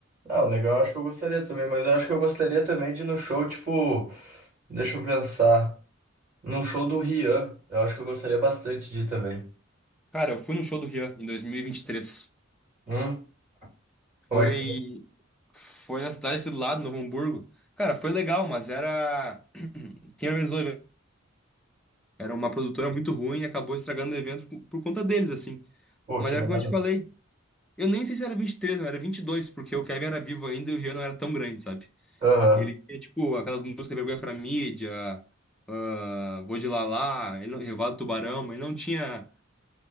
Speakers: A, on the right (about 40°); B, in the centre.
A: Ah, o Negão eu acho que eu gostaria também. Mas eu acho que eu gostaria também de ir no show, tipo. Deixa eu pensar. Num show do Rian. Eu acho que eu gostaria bastante de ir também.
B: Cara, eu fui no show do Rian em dois mil e e vinte e três.
A: Hum? Como
B: Foi,
A: é que foi?
B: foi na cidade aqui do lado, Novo Hamburgo. Cara, foi legal, mas era. Quem organizou o evento? Era uma produtora muito ruim e acabou estragando o evento por por conta deles, assim.
A: Pô,
B: Mas
A: que
B: era
A: merda.
B: como eu te falei. Eu nem sei se era 23, não, era 22, porque o Kevin era vivo ainda e o Rian não era tão grande, sabe?
A: Aham.
B: Ele tinha, tipo, aquelas músicas Vergonha pra Mídia, ah, Vou de Lalá, ele não- Revoada do Tubarão, mas ele não tinha